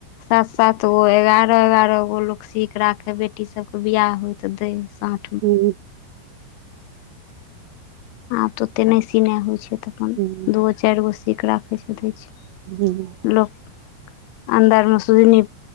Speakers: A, on the left; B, on the right.
A: सात सात गो एगारह एगारह गो लोक सीख राखे बेटी सबके बिियाह होय तऽ देै साँझ
B: हू
A: आब तऽ ओतेक नहि सीनाइ होइ छै तऽ अपन
B: हूँ
A: दू गो चारि गो सी कऽ राखै छै दै छै
B: हूंम्म
A: लोक अन्दरमे सुूजनी